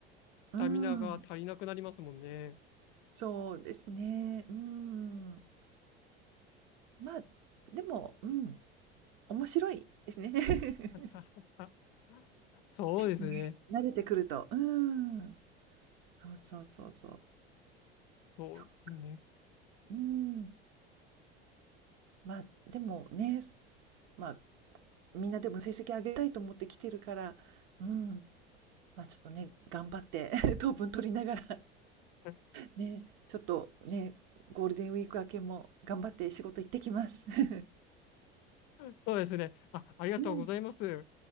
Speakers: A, on the left; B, on the right.
A: スタミナが足りなくなりますもんね。
B: うーん、そうですね。うーん。まあ、でも、うん、面白いですね。<laughs>
A: <laughs> そうですね。
B: ね。慣れてくると。うーん。そうそうそうそう。
A: そうですね。
B: そっか。うん。まあ、でもね、まあ、みんなでも成績上げたいと思って来てるから、うん、まあ、ちょっとね、頑張って <laughs> 糖分取りながら、
A: <laughs>
B: ね、ちょっとね、ゴールデンウィーク明けも頑張って仕事行ってきます。<laughs>
A: そうですね。あ、ありがとうございます。
B: うん。